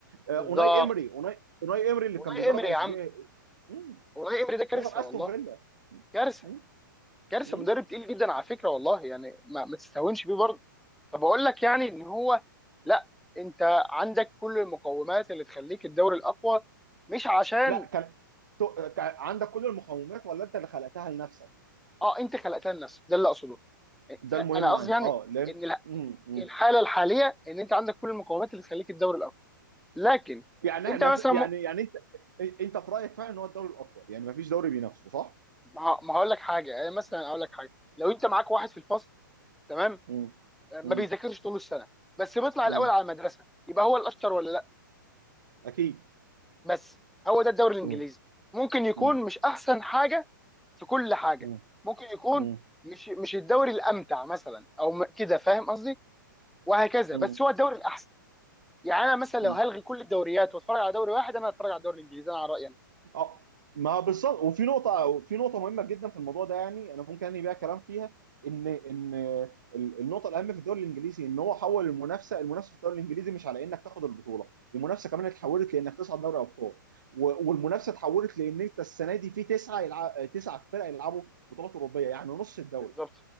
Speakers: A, on the right; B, in the centre.
A: آه،
B: بالظبط
A: اوناي امري اوناي اوناي امري اللي
B: والله
A: كان بيدرب
B: امري
A: اشبيليه
B: يا عم
A: مم،
B: والله امري ده كارثه
A: درب استون
B: والله
A: فيلا
B: كارثه
A: مم،
B: كارثه
A: مم.
B: مدرب تقيل جدا على فكره والله يعني ما, ما تستهونش بيه برضه طب اقول لك يعني ان هو لا انت عندك كل المقومات اللي تخليك الدوري الاقوى مش عشان
A: لا كان تو- كان عندك كل المقومات ولا انت اللي خلقتها لنفسك
B: اه انت خلقتها لنفسك ده اللي اقصده
A: ده
B: ف-
A: المهم
B: انا
A: عندي
B: قصدي يعني
A: اه لان
B: ان الح-
A: مم، مم.
B: الحاله الحاليه ان انت عندك كل المقومات اللي تخليك الدوري الاقوى لكن
A: يعني
B: انت
A: ما
B: مثلا
A: في... يعني
B: م-
A: يعني انت انت في رايك فعلا ان هو الدوري الاقوى يعني ما فيش دوري بينافسه صح؟
B: ما ما هقول لك حاجه يعني مثلا اقول لك حاجه لو انت معاك واحد في الفصل تمام
A: مم.
B: ما
A: مم.
B: بيذاكرش طول السنه بس بيطلع
A: مم.
B: الاول على المدرسه يبقى هو الاشطر ولا لا
A: اكيد
B: بس هو ده الدوري الانجليزي
A: مم.
B: ممكن يكون
A: مم.
B: مش احسن حاجه في كل حاجه
A: مم.
B: ممكن يكون
A: مم.
B: مش مش الدوري الامتع مثلا او م- كده فاهم قصدي وهكذا
A: مم.
B: بس هو الدوري الاحسن يعني انا مثلا لو
A: مم.
B: هلغي كل الدوريات واتفرج على دوري واحد انا هتفرج على الدوري الانجليزي انا على رايي أنا.
A: اه ما بالظبط وفي نقطة في نقطة مهمة جدا في الموضوع ده يعني أنا ممكن أنهي بيها كلام فيها إن إن ال- النقطة الأهم في الدوري الإنجليزي إن هو حول المنافسة المنافسة في الدوري الإنجليزي مش على إنك تاخد البطولة، المنافسة كمان اتحولت لإنك تصعد دوري أبطال و- والمنافسة اتحولت لإن أنت السنة دي في تسعة يلع... تسعة فرق يلعبوا بطولات أوروبية يعني نص الدوري
B: بالظبط